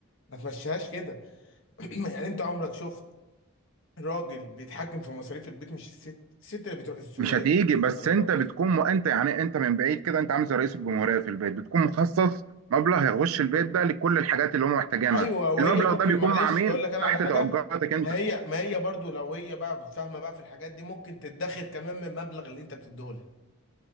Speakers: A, on the left; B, on the right.
A: ما تمشيهاش كده <clears throat> يعني انت عمرك شفت راجل بيتحكم في مصاريف البيت مش الست الست اللي بتروح السوق
B: مش
A: هي
B: هتيجي
A: اللي بتجيب
B: بس
A: الطلبات
B: انت بتكون م... انت يعني انت من بعيد كده انت عامل زي رئيس الجمهوريه في البيت بتكون مخصص مبلغ يخش البيت ده لكل الحاجات اللي هم محتاجينها
A: ايوه وهي
B: المبلغ
A: ممكن
B: ده بيكون
A: معلش
B: مع مين
A: اقول لك انا
B: تحت
A: على حاجه
B: توجهاتك انت
A: ما هي ما هي برضو لو هي بقى فاهمه بقى في الحاجات دي ممكن تتدخر كمان من المبلغ اللي انت بتديه لها.